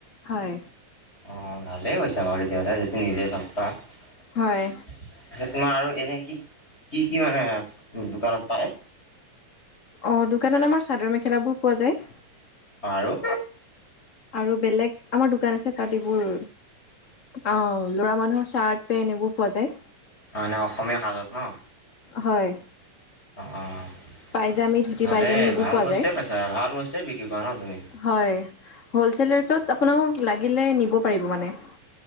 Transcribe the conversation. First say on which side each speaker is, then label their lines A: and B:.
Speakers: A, on the left (about 50°); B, on the left (about 15°).
A: হয়।
B: অ' ভালেই হৈছে বাৰু তেতিয়াহ'লে, যিহেতু নিজে চব পাৰা।
A: হয়
B: তোমাৰ আৰু এনে কি কি, কি মানে দোকানত পায়?
A: অ' দোকানত আমাৰ চাদৰ মেখেলাবোৰ পোৱা যায়।
B: অ' আৰু?
A: আৰু বেলেগ আমাৰ দোকান আছে তাত এইবোৰ অ' ল'ৰা মানুহৰ চাৰ্ট, পেণ্ট এইবোৰ পোৱা যায়।
B: মানে অসমীয়া সাজত ন'?
A: হয়।
B: অ'
A: পাইজামী ধুতি
B: ভালেই,
A: পাইজামী এইবোৰ
B: ভাল
A: পোৱা
B: বস্তুৱে
A: যায়।
B: পাইছা, ভাল বস্তুৱে বিক্ৰী কৰা ন' তুমি?
A: হয়, হ'লচেল ৰেটত আপোনাক লাগিলে নিব পাৰিব মানে।